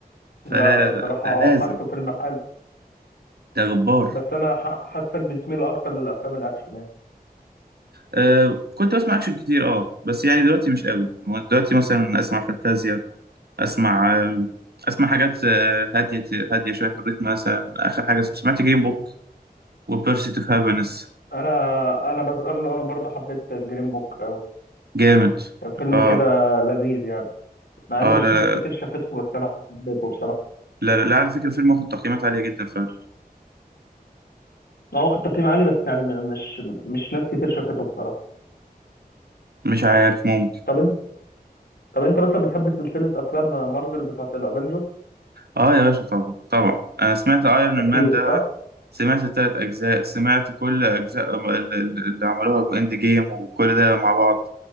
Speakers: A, on the right; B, on the left.
A: فلا
B: لا
A: لا لا
B: صراحه
A: ده لازم
B: حاسه فيلم حلو
A: ده غبار
B: بس انا ح- حاسك بتميل اكتر للافلام الاكشن يعني
A: أه كنت بسمع أكشن كتير أه بس يعني دلوقتي مش قوي هو دلوقتي مثلا أسمع فانتازيا اسمع اسمع حاجات آه، هاديه هاديه شويه في الريتم مثلا اخر حاجه سمعت جيم بوك وبيرسيت اوف هابينس
B: انا انا بس انا برضو حبيت جرين بوك قوي
A: جامد
B: كان فيلم
A: اه
B: كده لذيذ يعني مع ان
A: اه
B: مش
A: لا
B: ناس كتير
A: لا
B: شافته بس انا حبيته بصراحه
A: لا, لا, لا على فكره فيلم واخد تقييمات عاليه جدا فمش
B: هو واخد تقييم عالي بس يعني م- مش مش ناس كتير شافته بصراحه
A: عارف ممكن
B: طب انت طب انت مثلا بتحب سلسله افلام مارفل بتاعت الافينجرز
A: اه يا باشا طبعا طبعا انا سمعت ايرون
B: اكيد
A: مان ده
B: صح
A: سمعت الثلاث اجزاء سمعت كل اجزاء ال- ال- ال- اللي عملوها باند جيم وكل ده مع بعض